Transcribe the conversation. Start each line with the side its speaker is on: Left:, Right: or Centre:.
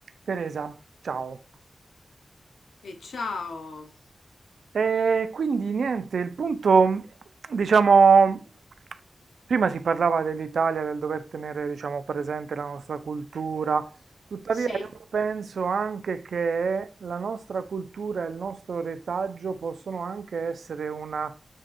Right: Teresa, ciao.
Left: E ciao.
Right: E quindi niente, il punto, diciamo, prima si parlava dell'Italia, del dover tenere, diciamo, presente la nostra cultura, tuttavia
Left: Sì,
Right: io penso anche che la nostra cultura e il nostro retaggio possono anche essere una,